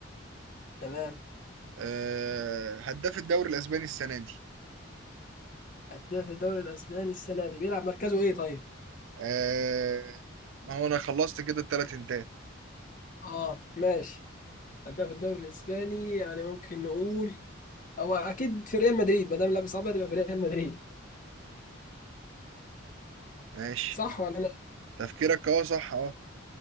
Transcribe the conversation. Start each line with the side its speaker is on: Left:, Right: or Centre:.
Left: تمام
Right: آه، هداف الدوري الاسباني السنه دي
Left: هداف الدوري الاسباني السنة دي بيلعب مركزه ايه طيب
Right: آه، ما هو انا خلصت كده التلات انتات
Left: اه ماشي أداء في الدوري الإسباني يعني ممكن نقول هو أكيد في ريال مدريد ما دام لابس أبيض يبقى في ريال مدريد
Right: ماشي
Left: صح ولا أنا
Right: تفكيرك اه صح اه